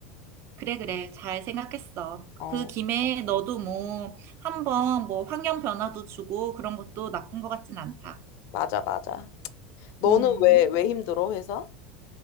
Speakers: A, on the right; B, on the left.
A: 그래, 그래. 잘 생각했어.
B: 어,
A: 그 김에 너도 뭐 한번 뭐 환경 변화도 주고 그런 것도 나쁜 것 같진 않다.
B: 맞아, 맞아. 너는
A: 음.
B: 왜, 왜 힘들어, 회사?